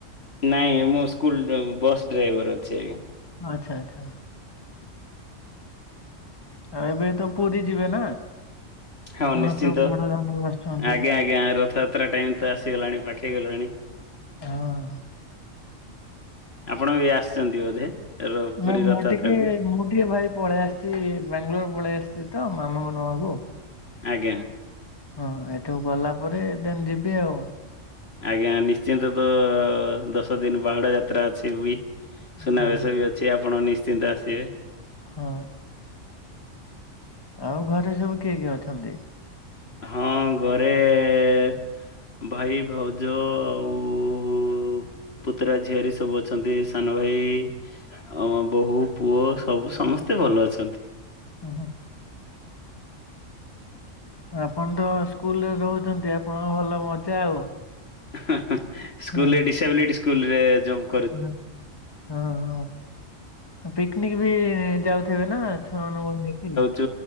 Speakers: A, on the left; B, on the left.
A: ନାଇଁ ମୁଁ ସ୍କୁଲ ବ ବସ୍ ଡ୍ରାଇଭର ଅଛି ଆଜ୍ଞା।
B: ଆଛା ଆଛା। ଆଉ ଏବେ ତ ପୁରୀ ଯିବ ନା?
A: ହଁ
B: ମହାପ୍ରଭୁ
A: ନିଶ୍ଚିନ୍ତ।
B: ବଡଦାଣ୍ଡକୁ ଆସୁଛନ୍ତି
A: ଆଜ୍ଞା ଆଜ୍ଞା ରଥଯାତ୍ରା ଟାଇମ ତ ଆସିଗଲାଣି ପାଖେଇ ଗଲାଣି।
B: ହଁ।
A: ଆପଣ ଏବେ ଆସିଛନ୍ତି ବୋଧେ? ର ପୁରୀ
B: ନା ମୁଁ
A: ରଥଯାତ୍ରାକୁ?
B: ଟିକେ ମୁଁ ଟିକେ ଭାଇ ପଳେଇ ଆସିଛିି ଏ ବାଙ୍ଗାଲୋର ପଳେଇ ଆସିଛି ତ ମାମାଙ୍କୁ ନବାକୁୁ।
A: ଆଜ୍ଞା।
B: ହଁ ଏଠୁ ଗଲା ପରେ ଦେନ୍ ଯିବି ଆଉ।
A: ଆଜ୍ଞା ନିଶ୍ଚିନ୍ତ ତ ଦଶ ଦିନ ବାହୁଡା ଯାତ୍ରା ଅଛି ବି। ସୁନାବେଶ
B: ହଁ
A: ବି ଅଛି ଆପଣ ନିଶ୍ଚିନ୍ତ ଆସିବେ।
B: ହଁ। ଆଉ ଘରେ ସବୁ କିଏ କିଏ ଅଛନ୍ତି?
A: ହଁ ଘରେ ଏ ଏ ଭାଇ ଭାଉଜ ଆଉ-ଉ-ଉ ପୁତୁରା ଝିଆରି ସବୁ ଅ ଅଛନ୍ତି ସାନ ଭାଇ ଆମ ବୋହୂ ପୁଅ ସବୁ ସମସ୍ତେ ଭଲ ଅଛନ୍ତି।
B: ହୁଁ ହୁଁ। ଆପଣ ତ ସ୍କୁଲରେ ରହୁଛନ୍ତି ଆପଣଙ୍କ ଭଲ ମଜା ଆଉ।
A: ହାଁ ହାଁ ସ୍କୁଲ
B: ହଁ
A: ଡିସାବିଲିଟି ସ୍କୁଲରେ ଯୋଉ
B: ହଁ ହଁ ହଁ ପିକନିକ ବି ଯାଉ ଥିବ ନା ଛୁଆ ମାନଙ୍କ <unintelligible>
A: ତୁ